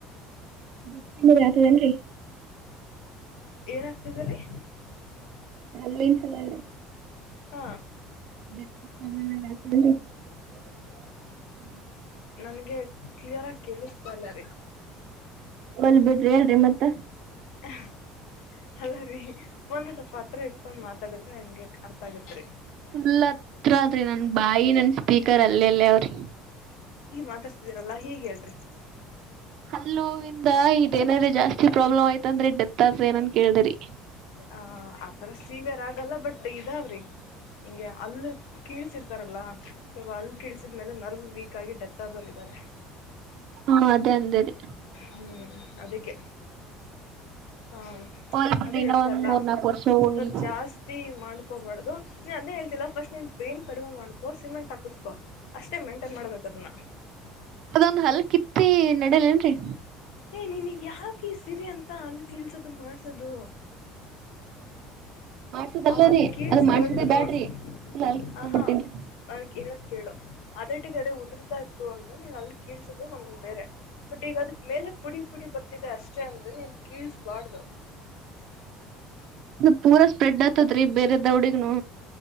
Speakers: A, on the right; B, on the left.
A: ಬಿಟ್ಟರಿ ಆತದೇನ್ರಿ.
B: ಏನ ಆಗ್ತಿದೆರಿ.
A: ಹಲ್ಲಿನ ಸಲುವಾಗ ರೀ.
B: ಹಾ.
A: <unintelligible>
B: ನನ್ಗೆ ಕ್ಲಿಯರ್ ಆಗ ಕೇಳಿಸ್ತಲ್ಲ ರೀ.
A: ಬಲ್ ಬಿಡ್ರಿ ಹೇಳ್ರಿ ಮತ್ತ.
B: <inaudible> ಅಲ್ಲರೀ ಫೋನ್ ಸ್ವಲ್ಪ ಹತ್ರ ಇಟ್ಕೊಂಡ್ ಮಾತಾಡಿದ್ರೆ ಹಂಗಗೆ ಅರ್ಥ ಆಗತ್ರಿ. <inaudible>
A: ಫುಲ್ ಹತ್ರ ಆದ್ರಿ ನನ್ ಬಾಯಿ ನನ್ ಸ್ಪೀಕರ್ ಅಲ್ಲೆ ಅಲ್ಲೇ ಅವ್ರಿ
B: ಮಾತಾಡ್ತಿದೀರಲ್ಲಾ ಹೀಗ್ ಹೇಳ್ರಿ.
A: ಹಲ್ಲ ನೋವ ಇಂದ ಇದೇನ್ರ ಜಾಸ್ ಜಾಸ್ತಿ ಪ್ರಾಬ್ಲಮ್ ಆಯ್ತ ಅಂದ್ರೆ ಡೆತ್ ಆಗ ಏನನ್ ಕೇಳ್ದ್ರರಿ.
B: ಆ ಆತರ ಸೀವಿಯರ್ ಆಗಲ್ಲ ಬಟ್ ಇದಾವ್ರಿ. ಹಿಂಗೆ ಅಲ್ಲಿ ಕೀಳಸಿರ್ತಾರಲ್ಲ ಸ್ವಲ್ಪ ಅಲ್ಲಿ ಕೀಳಸಿದ್ಮೇಲೆ ನರ್ವ್ ವೀಕ್ ಆಗಿ ಡೆತ್ ಆಗೋರ ಇದಾರೆ. <inaudible>
A: ಹಾ ಅದೇ ಅಂದೇ ರೀ.
B: ಹ್ಮ್ ಅದಿಕ್ಕೆ. ಹಾ
A: ಹೋಲ್ ಬಿಡ್ರಿ
B: ಅದ
A: ಇನ್ನ
B: ಹೇಳ್ತಲ್ಲ
A: ಒಂದ್ ಮೂರ್ ನಾಕ್ ವರ್ಷ
B: ಸ್ವಲ್ಪ
A: ಹೋಗ್ಲಿ
B: ಜಾಸ್ತಿ ಮಾಡ ಹಕೋಬಾರ್ದದು ನೀನ್ ಅಂದೇ ಹೇಳ್ತಿಲ್ಲ ಸ್ಟ್ ನೀನ್ ಪೈಂನ್ ಕಡಿಮ ಮಾಡ್ಕೋ ಸಿಮೆಂಟ್ ಹಾಕಸ್ಕೋ ಅಷ್ಟೇ ಮಂಟೈನ್ ಮಾಡ್ಬೇಕು. ಅದನ್ನ.
A: ಅದೊಂದು ಹಲ್ ಕಿತ್ತಿ ನಡಲೇನ್ರಿ.
B: ಏ ನೀಿನಗ್ ಯಾಕೆ ಈ ಸಿರಿ ಅಂತ ಅಲ್ಲಿ ಕಲ್ಸೋದು ಮಾಡ್ಸದು.
A: ಮಾಡ್ಸದಲ್ಲರಿ
B: ಅವಲ್ಲಿ ಕೇಳಿಸಬಡ್ದು
A: ಅದ್ ಮಾಡ್ಸದೇ ಬ್ಯಾಡ್ರಿ
B: ನೋಡು
A: ಫುಲ್ ಹಲ್ ಕಿತ್ಕೊಂಡ್
B: ಆ ಹಾ
A: ಬಿಡ್ತೇನ್ರಿ
B: ನ ಕೇಳು ಅದ್ರಟ್ಟಿಗೆ ಅದೇ ಉದುರತಾ ಇತ್ತು ಅಂದ್ರೆ ನೀನ್ ಅಲ್ಲಿ ಕೀಳ್ಸದು ಒಂದ್ ಬೇರೆ ಬಟ್ ಈಗ ಅದ್ರ ಮೇಲೆ ಪುಡಿ ಪುಡಿ ಬರ್ತಿದೆ ಅಷ್ಟೇ ಅಂದ್ರೆ ನೀನ್ ಕೀಳ್ಸಬಾರ್ದು
A: ಇ ಪೂರಾ ಸ್ಪ್ರೆಡ್ ಆಗ್ತತ್ ರೀ ಬೇರೆ ದೌಡಿಗ್ನು